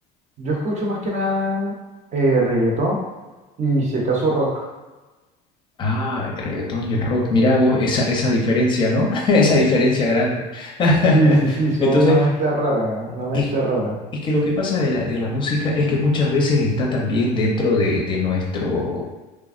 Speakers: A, on the right; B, on the left.
A: Yo escucho más que nada eh, reggaetón y si acaso rock.
B: Ah, el reggaetón y el rock. Mira vos esa, esa diferencia, ¿no? <laughs> Esa diferencia grande. <laughs>
A: Sí, sí, sí, son
B: Entonces,
A: una mezcla rara, una mezcla
B: es,
A: rara.
B: es que lo que pasa de la, de la música es que muchas veces está también dentro de, de nuestro